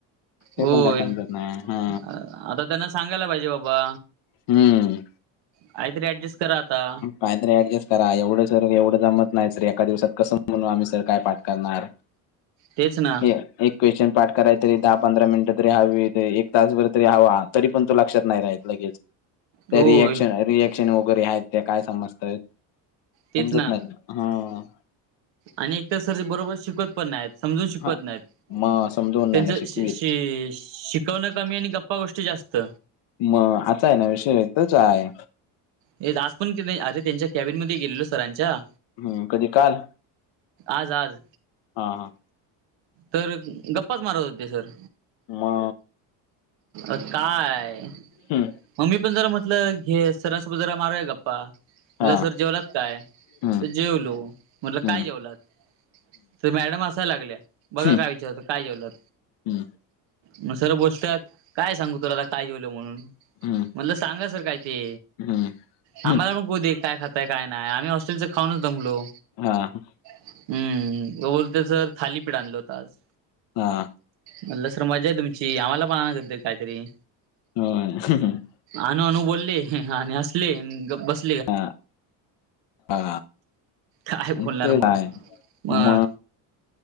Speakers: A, on the left; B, on the right.
A: ते
B: होय
A: पण काय समजत नाही हा
B: आता त्यांना सांगायला पाहिजे बाबा.
A: हम्म
B: काहीतरी ऍडजस्ट करा आता
A: काहीतरी ऍडजस्ट करा एवढं सर एवढं जमत नाही सर एका दिवसात कसं म्हणून आम्ही सर काय पाठ करणार.
B: तेच ना
A: हे आहे. एक क्वेश्चन पाठ कराय तरी दहा पंधरा मिनिटं तरी हवी एक तासभर तरी हवा तरी पण तो लक्षात नाही राही लगेच त्या
B: होय
A: रिएक्शन रिएक्शन वगैरे आहेत त्या काय समजतय
B: तेच
A: समजत
B: ना
A: नाहीत. हम्म.
B: आणि एक तर सर बरोबर शिकवत पण नाहीत समजून शिकवत
A: हा
B: नाहीत.
A: मग समजवून
B: त्यांच
A: नाही शिकवीत
B: श शि शिकवणं कमी आणि गप्पा गोष्टी जास्त.
A: मग आता आहे ना विषय तोच आहे.
B: तेच आज पण अरे त्यांच्या कॅबिन मध्ये गेलेलो सरांच्या
A: हम्म, कधी काल?
B: आज आज
A: हा हा.
B: तर गप्पाच मारत होते सर.
A: हा!
B: अ काय?
A: हम्म
B: मग मी पण जरा म्हटलं घे सरांसोबत जरा मारूया गप्पा, म्हणलं
A: हा
B: सर जेवलात काय?
A: हम्म
B: जेवलो, म्हटलं
A: हम्म
B: काय जेवलात? तर मॅडम हसायला लागल्या. बघा
A: हम्म
B: काय विचारता? काय जेवलात?
A: हम्म
B: मग सर बोलतात काय सांगू तुला? काय जेवलो म्हणून?
A: हम्म
B: म्हणलं सांगा सर काय ते?
A: हम्म हम्म
B: आम्हाला
A: हम्म
B: <unintelligible> खाऊदे काय खाताय काय नाय? आम्ही हॉस्टेलच खाऊनच दमलो.
A: हां!
B: हम्म, <unintelligible> थालीपीठ आणलं होतं आज.
A: हा!
B: म्हणलं सर मजा आहे तुमची आम्हाला पण आणायच होतं काहीतरी?
A: होय!
B: आणू आणू बोलले आणि हासले आणि गप बस
A: हा हा,
B: काय
A: <unintelligible>
B: बोलणार मग मग
A: म